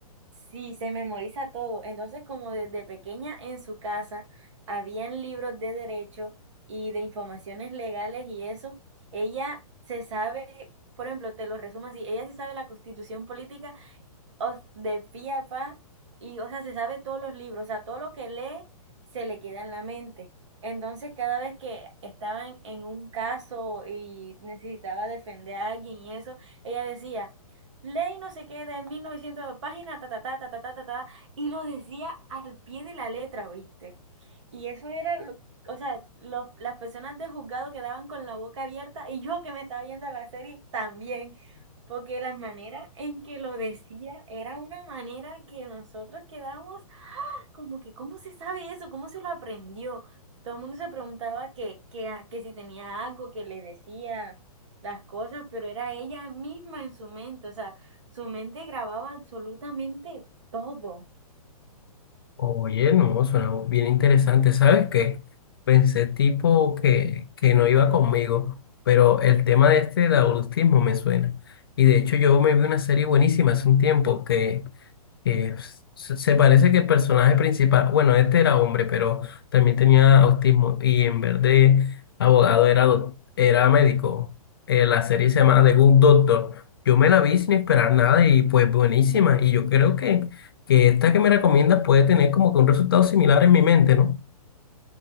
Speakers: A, on the right (about 50°); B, on the left (about 40°).
A: sí, se memoriza todo. Entonces, como desde pequeña en su casa habían libros de derecho y de informaciones legales y eso, ella se sabe, por ejemplo, te lo resumo así, ella se sabe la constitución política os- de pi a pa, y o sea, se sabe todos los libros, o sea, todo lo que lee se le queda en la mente. Entonces, cada vez que estaban en, un caso y necesitaba defender a alguien y eso, ella decía, ley no sé qué de 1900 páginas, ta, ta, ta, ta, ta, ta, ta, ta, y lo decía al pie de la letra, ¿viste? Y eso era lo- O sea, los, las personas de juzgado quedaban con la boca abierta y yo que me estaba viendo la serie también. Porque la manera en que lo decía era una manera que nosotros quedamos como que, ¿cómo se sabe eso? ¿Cómo se lo aprendió? Todo el mundo se preguntaba que, que, a- que si tenía algo que le decía las cosas, pero era ella misma en su mente. O sea, su mente grababa absolutamente todo.
B: Oye, no, suena bien interesante. ¿Sabes qué? Pensé tipo que, que no iba conmigo, pero el tema de este del autismo me suena. Y de hecho yo me vi una serie buenísima hace un tiempo que Eh, se se parece que el personaje principal, bueno, este era hombre, pero también tenía autismo y en vez de abogado era, doc- era médico. Eh, la serie se llama The Good Doctor. Yo me la vi sin esperar nada y pues buenísima. Y yo creo que, que esta que me recomiendas puede tener como que un resultado similar en mi mente, ¿no?